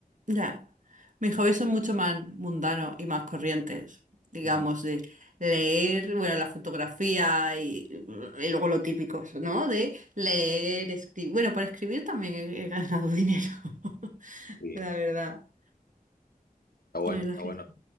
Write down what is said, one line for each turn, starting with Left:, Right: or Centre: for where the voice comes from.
Right: Ya, mis hobbies son mucho más mundanos y más corrientes, digamos,
Left: Ujú.
Right: de leer, bueno, la fotografía y, mm, y luego lo típico, eso, ¿no? De leer, escribir. Bueno, por escribir también he, he ganado dinero, <laughs>
Left: Sí,
Right: la verdad.
Left: está bueno,
Right: La verdad
Left: está bueno.
Right: es que